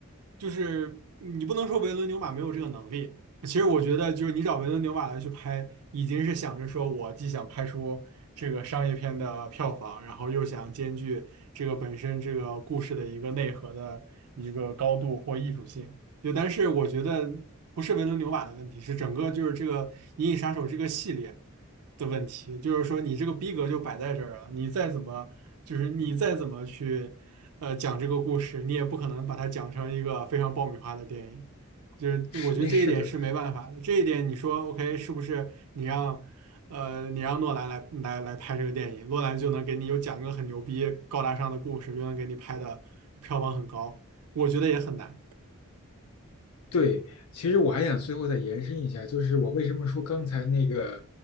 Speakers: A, on the right; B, on the left.
A: 就是你不能说维伦纽瓦没有这个能力。其实我觉得就是你找维伦纽瓦来去拍，已经是想着说我既想拍出这个商业片的票房，然后又想兼具这个本身这个故事的一个内核的一个高度或艺术性。对，但是我觉得不是维伦纽瓦的问题，是整个就是这个《银翼杀手》这个系列的问题。就是说，你这个逼格就摆在这儿了，你再怎么就是你再怎么去呃讲这个故事，你也不可能把它讲成一个非常爆米花的电影。就是我觉得这一点是没办法的，
B: 是那是的，
A: 这一点你说 OK 是不是你让呃你让诺兰来来来拍这个电影，诺兰就能给你又讲一个很牛逼高大上的故事，又能给你拍的票房很高，我觉得也很难，
B: 对，其实我还想最后再延伸一下，就是我为什么说刚才那个，